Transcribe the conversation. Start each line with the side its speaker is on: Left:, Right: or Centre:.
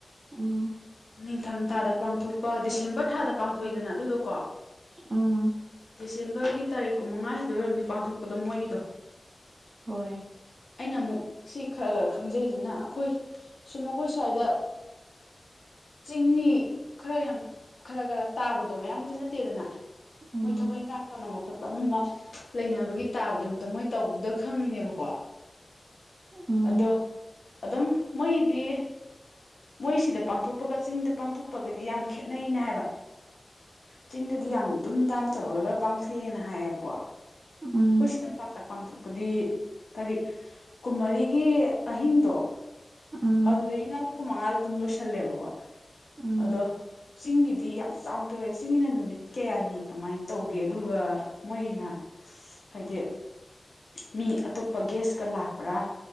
Right: ꯎꯝ
Left: ꯅꯤꯡꯊꯝ ꯊꯥꯗ ꯄꯥꯡꯊꯣꯛꯄ ꯗꯤꯁꯦꯝꯕꯔ ꯊꯥꯗ ꯄꯥꯡꯊꯣꯛꯏꯗꯅ ꯑꯗꯨꯗꯣꯀꯣ
Right: ꯎꯝ
Left: ꯗꯤꯁꯦꯝꯕꯔꯒꯤ ꯇꯥꯔꯤꯛ ꯀꯨꯟꯃꯉꯥ ꯍꯥꯏꯗꯣꯏꯔꯕꯅꯤ ꯄꯥꯡꯊꯣꯛꯄꯗꯣ ꯃꯣꯏꯒꯤꯗꯣ
Right: ꯍꯣꯏ
Left: ꯑꯩꯅ ꯑꯃꯨꯛ ꯁꯤ ꯈꯔ ꯈꯔ ꯈꯪꯖꯩꯁꯤꯅ ꯑꯩꯈꯣꯏ ꯁꯨꯝ ꯃꯈꯣꯏ ꯁꯥꯏꯗ ꯆꯤꯡꯃꯤ ꯈꯔ ꯌꯥꯝ ꯈꯔ ꯈꯔ ꯇꯥꯕꯗꯣ ꯃꯌꯥꯝꯕꯨꯗꯤ ꯅꯠꯇꯦ ꯅꯠꯇꯦꯗꯅ ꯃꯣꯏ
Right: ꯎꯝ
Left: ꯊꯕꯛ ꯏꯟꯈꯥꯡ ꯇꯧꯅꯕ ꯈꯣꯠꯄ ꯑꯃ ꯑꯃ ꯂꯩꯅꯕꯒꯤ ꯇꯥꯕꯗꯨꯗ ꯃꯣꯏ ꯇꯧꯕꯗꯨꯗ ꯈꯪꯉꯤꯅꯦꯕꯀꯣ
Right: ꯎꯝ
Left: ꯑꯗꯣ ꯑꯗꯨꯝ ꯃꯣꯏꯗꯤ ꯃꯣꯏꯁꯤꯗ ꯄꯥꯡꯊꯣꯛꯄꯒ ꯆꯤꯡꯗ ꯄꯥꯡꯊꯣꯛꯄꯒꯗꯤ ꯌꯥꯝ ꯈꯦꯠꯅꯩꯩꯅ ꯍꯥꯏꯕ ꯆꯤꯡꯗꯗꯤ ꯌꯥꯝ ꯑꯗꯨꯝ ꯗꯥꯝ ꯇꯧꯔꯒꯒ ꯄꯥꯡꯊꯣꯛꯑꯦꯅ ꯍꯥꯏꯌꯦꯕꯀꯣ ꯑꯩꯈꯣꯏ
Right: ꯎꯝ
Left: ꯁꯤꯗ ꯄꯄꯥꯛꯇ ꯄꯥꯡꯊꯣꯛꯄꯗꯤ ꯇꯥꯔꯤꯛ ꯀꯨꯟꯃꯔꯤꯒꯤ ꯑꯍꯤꯡꯗꯣ
Right: ꯎꯝ
Left: ꯑꯗꯨꯗꯒꯤꯅ ꯀꯨꯟ ꯃꯉꯥꯗ ꯑꯗꯨꯝ ꯂꯣꯏꯁꯜꯂꯦꯕꯀꯣ
Right: ꯎꯝ
Left: ꯑꯗꯣ ꯆꯤꯡꯒꯤꯗꯤ ꯌꯥꯝ ꯆꯥꯎꯊꯣꯏꯋꯦ ꯆꯤꯡꯒꯤꯅ ꯅꯨꯃꯤꯠ ꯀꯌꯥꯅꯤ ꯀꯃꯥꯏꯅ ꯇꯧꯒꯦ ꯑꯗꯨꯒ ꯃꯣꯏꯒꯤꯅ ꯍꯥꯏꯗꯤ ꯃꯤ ꯑꯇꯣꯞꯄ ꯒꯦꯁꯀ ꯂꯥꯛꯄ꯭ꯔꯥ